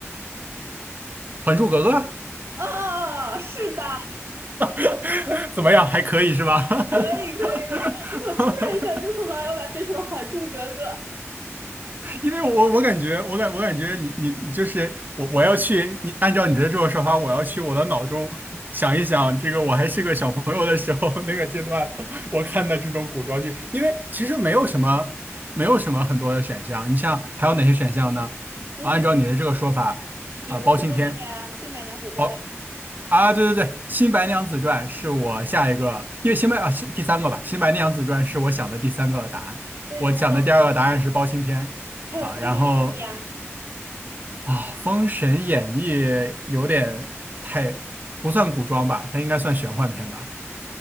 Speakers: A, on the right (about 40°); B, on the right (about 60°).
A: 《还珠格格》
B: 啊，哦哦是的，
A: <laughs> 怎么样？还可以是吧？<laughs>
B: 可以可以，可以你怎么突然一下就从琅琊榜变成了《还珠格格》？
A: 因为我我感觉，我感我感觉你你你就是我我要去你按照你的这种说法，我要去我的脑中想一想，这个我还是个小朋友的时候 <laughs> 那个阶段，我看的这种古装剧，因为其实没有什么没有什么很多的选项，你像还有哪些选项呢？
B: 嗯，
A: 按照你的这个说法，
B: 比如说那个呀，
A: 啊、包青天，
B: 《新白娘子传》呀
A: 包啊，对对对，《新白娘子传》是我下一个，因为新白啊新第三个吧，《新白娘子传》是我想的第三个答案，
B: 对呀，
A: 我想的第二个答案是包青天。
B: 然后还有《封神演义》呀。
A: 啊，然后啊，《封神演义》有点太不算古装吧，它应该算玄幻片吧？